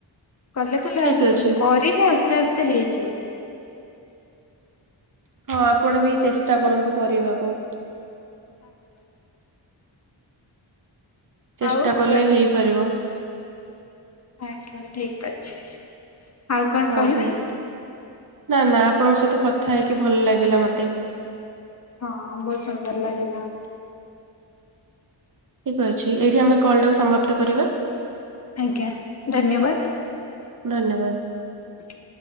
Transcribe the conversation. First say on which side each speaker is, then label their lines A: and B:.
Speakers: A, on the left (about 35°); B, on the right (about 45°).
A: କଲେ କଲେ
B: ଠିକ୍
A: ଆ
B: ଅଛି
A: କରିଲେ ଆସ୍ତେ ଆସ୍ତେ ହେଇଯିବ।
B: ହଁ ଆପଣ ବି ଚେଷ୍ଟା କରନ୍ତୁ କରିବାକୁ।
A: ଆଜ୍ଞା <inaudible>
B: ଚେଷ୍ଟା
A: ଆଉ
B: କଲେ
A: ରସ୍
B: ହେଇପାରିବ।
A: ଆଜ୍ଞା ଠିକ ଅଛି ଆଉ କଣ
B: ହଉ
A: କହିବେ?
B: ଠିକ୍। ନା ନା ଆପଣଙ୍କ ସହିତ କଥା ହେଇକି ଭଲ ଲାଗିଲା ମତେ।
A: ହଁ ବହୁତ ସୁନ୍ଦର ଲାଗିଲା।
B: ଠିକ୍ ଅଛି ଏଇଠି ଆମେ କଲ୍ ଟାକୁ ସମାପ୍ତ କରିବା।
A: ଆଜ୍ଞା ଧନ୍ୟବାଦ।
B: ଧନ୍ୟବାଦ।
A: ହ <inaudible>